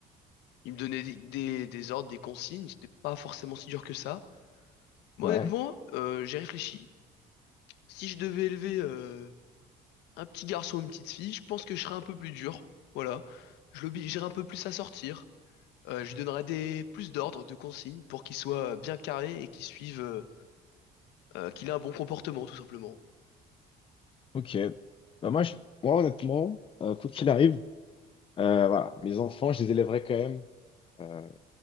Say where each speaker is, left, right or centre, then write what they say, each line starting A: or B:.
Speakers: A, on the left; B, on the left.
A: ils me donnaient des, des- des ordres, des consignes, c'était pas forcément si dur que ça. Moi
B: Ouais,
A: honnêtement, euh, j'ai réfléchi. Si je devais élever euh, un petit garçon ou une petite fille, je pense que je serais un peu plus dur. Voilà, je l'obligerais un peu plus à sortir. Euh, je lui donnerai des plus d'ordres, de consignes pour qu'il soit euh, bien carré et qu'il suive, euh, euh, qu'il ait un bon comportement tout simplement.
B: ok. Bah moi, je, moi honnêtement, euh, quoi qu'il arrive, euh, voilà, mes enfants, je les élèverai quand même euh,